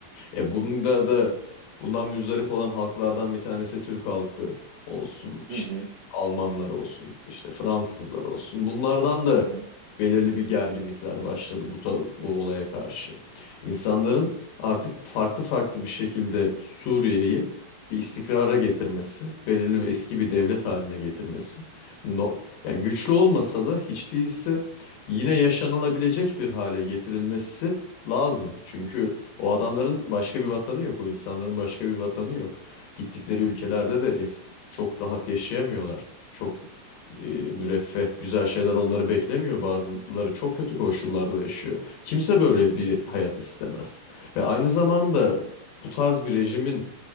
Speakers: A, on the left; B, on the right.
A: E bunda da bundan müzdarip olan halklardan bir tanesi Türk halkı olsun, işte
B: hı hı,
A: Almanlar olsun, işte Fransızlar olsun. Bunlardan da
B: hı hı,
A: belirli bir gerginlikler başladı bu ta- bu olaya karşı. İnsanların artık farklı farklı bir şekilde Suriye'yi bir istikrara getirmesi, belirli bir eski bir devlet haline getirmesi. No, yani güçlü olmasa da hiç değilse yine yaşanılabilecek bir hale getirilmesi lazım. Çünkü o adamların başka bir vatanı yok. O insanların başka bir vatanı yok. Gittikleri ülkelerde de es çok rahat yaşayamıyorlar. Çok e, müreffeh, güzel şeyler onları beklemiyor. Bazıları çok kötü koşullarda yaşıyor. Kimse böyle bir hayat istemez. Ve aynı zamanda bu tarz bir rejimin